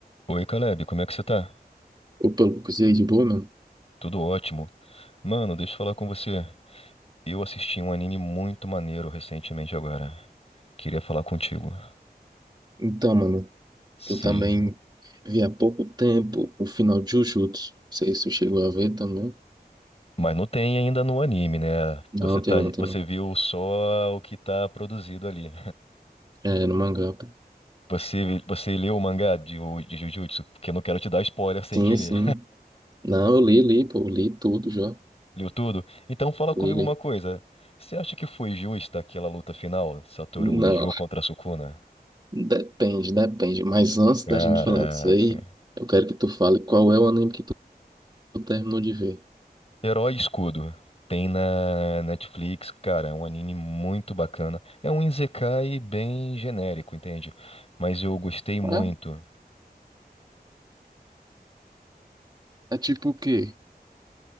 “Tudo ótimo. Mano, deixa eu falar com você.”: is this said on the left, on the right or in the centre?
Left